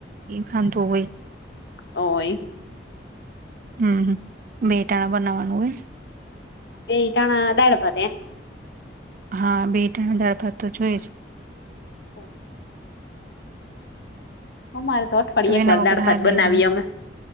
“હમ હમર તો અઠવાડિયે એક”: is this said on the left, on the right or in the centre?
Left